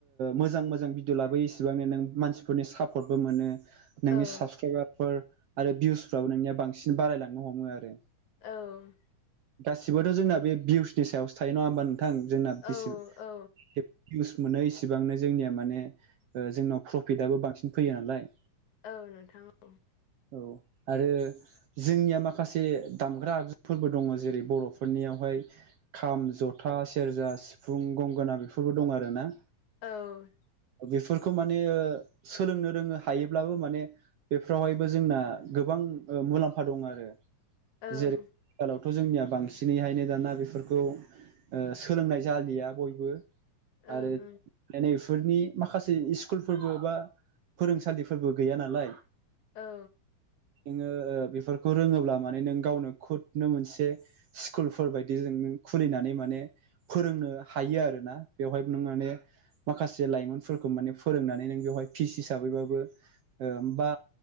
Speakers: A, on the right (about 65°); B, on the left (about 65°).
A: मोजां मोजां भिडिअ लाबोयो एसेबांनो नों मानसिफोरनि सापर्टबो मोनो नोंनि
B: औ
A: साबसक्राइबारफोर आरो भिउसफ्राबो नोंनिया बांसिन बारायलांनो हमो आरो
B: औ
A: गासिबोथ' जोंना बे भिउसनि सायावसो थायो नङा होमबा नोंथां जोंना
B: औ
A: बेसे
B: औ
A: भिउस मोनो इसिबांनो जोंनिया माने जोंनाव प्रफिटआबो बांसिन फैयो नालाय
B: औ नोंथां औ
A: औ आरो जोंनिया माखासे दामग्रा आगजुफोरबो दङ जेरै बर'फोरनियावहाय खाम जथा सेरजा सिफुं गंगोना बेफोरबो दं आरोना
B: औ
A: बेफोरखौ माने सोलोंनो रोंनो हायोब्लाबो माने बेफ्रावहायबो जोंना गोबां मुलाम्फा दं आरो
B: औ ओं
A: जेरै आथिखालावथ' जोंनिया बांसिनैहायनो दाना बे बेफोरखौ सोलोंनाय जालिया बयबो
B: ओं
A: आरो नैफोरनि माखासे स्कुलफोरबो बा फोरोंसालिफोरबो गैया नालाय
B: औ
A: नोङो बेफोरखौ रोङोब्ला माने नों गावनो खुदनो मोनसे स्कुलफोर बायदि बि जों खुलिनानै माने फोरोंनो हायो आरो ना बेवहाय नों माने माखासे लाइमोनफोरखौ माने फोरोंनानै नों बेवहाय फिस हिसाबैबाबो होमबा